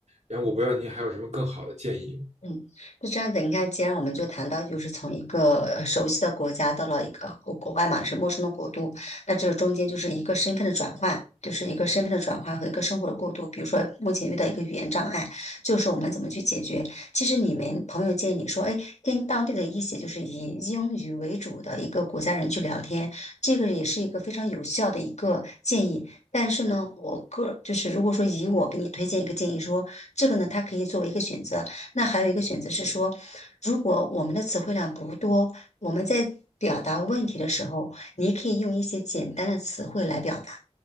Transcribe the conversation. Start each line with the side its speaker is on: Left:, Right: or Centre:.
Right: 然后我不知道您还有什么更好的建议吗？
Left: 嗯，那这样子。你看，既然我们就谈到，就是从一个呃熟悉的国家到了一个国国外嘛，是陌生的国度，那这中间就是一个身份的转换，就是一个身份的转换和一个生活的过渡。比如说，目前遇到一个语言障碍，就是我们怎么去解决？其实你们朋友建议你说，哎，跟当地的一些就是以英语为主的一个国家人去聊天，这个也是一个非常有效的一个建议。但是呢，我个就是如果说以我给你推荐一个建议说，这个呢，它可以作为一个选择。那还有一个选择是说，如果我们的词汇量不多，我们在表达问题的时候，你可以用一些简单的词汇来表达，